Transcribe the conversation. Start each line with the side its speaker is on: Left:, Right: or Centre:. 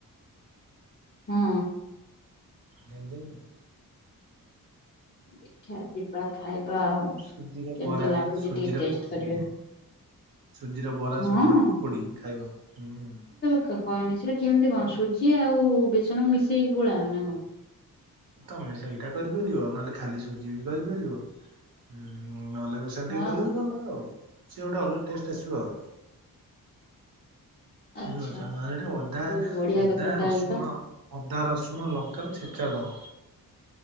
Left: ହୁଁ।
Right: ଗେଞ୍ଜି। <inaudible>
Left: ଦେଖିଆ ଯିବା ଖାଇବା ଆଉ।
Right: ସୁଜିରେ
Left: କେମିତି
Right: ବରା,
Left: ଲାଗୁଛି
Right: ସୁଜିରେ
Left: ଟିକେ ଟେଷ୍ଟ
Right: ପକୁଡି଼।
Left: କରିବା
Right: ସୁଜିର ବରା,
Left: ହଁ
Right: ସୁଜିର
Left: ହଁ।
Right: ପକୁଡି଼ ଖାଇବ, ହୁଁ।
Left: କ କହନି <unintelligible> କେମିତି କଣ ସୁଜି ଆଉ ବେସନ ମିଶେଇକି ଗୋଳାଅ ନା କଣ?
Right: ତମେ ସେଇଟା କରିପାରିବ, ନହେଲେ ଖାଲି ସୁଜି ବି କରିପାରିବ, ହୁଁ ନହେଲେ ବେ ସେନ୍
Left: ହଁ
Right: ଟିକେ ଦେଲେ ଯେ ଭଲ ଆଉ, ସେ ଗୋଟେ ଅଲଗା ଟେଷ୍ଟ ଆସିବ ଆଉ।
Left: ଆଚ୍ଛା
Right: <unintelligible> ଯାହା ହେଲେ ଅଦା,
Left: ବହୁତ ବଢିଆ
Right: ଅଦା,
Left: କଥା ତାହେଲେ
Right: ରସୁଣ
Left: ତ
Right: ଅଦା, ରସୁଣ, ଲଙ୍କାର ଛେଚା ଦବ,